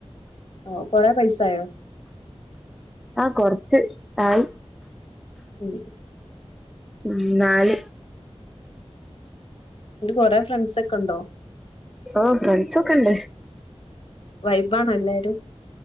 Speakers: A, on the left (about 55°); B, in the centre.
A: ഓ കൊറെ പൈസായോ
B: ആഹ കൊറച്ച് ആയി
A: ഉം
B: ഉ നാല്
A: എന്റെ കൊറേ ഫ്രണ്ട്സ് ഒക്കെ ഉണ്ടോ
B: ഓ ഫ്രണ്ട്സൊക്കെണ് ണ്ട്
A: വൈബ ആണോ എല്ലാരും